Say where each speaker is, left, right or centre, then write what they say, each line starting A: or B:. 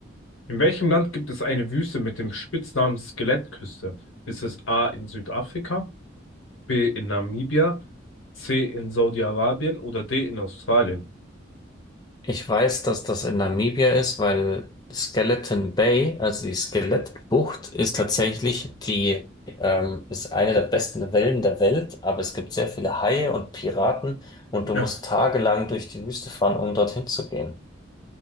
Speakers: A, on the left; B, on the left.
A: In welchem Land gibt es eine Wüste mit dem Spitznamen Skelettküste? Ist es A in Südafrika, B in Namibia, C in Saudi-Arabien oder D in Australien?
B: Ich weiß, dass das in Namibia ist, weil Skeleton Bay, also die Skelettbucht, ist tatsächlich die, ähm, ist eine der besten Wellen der Welt, aber es gibt sehr viele Haie und Piraten und du
A: Ja,
B: musst tagelang durch die Wüste fahren, um dorthin zu gehen.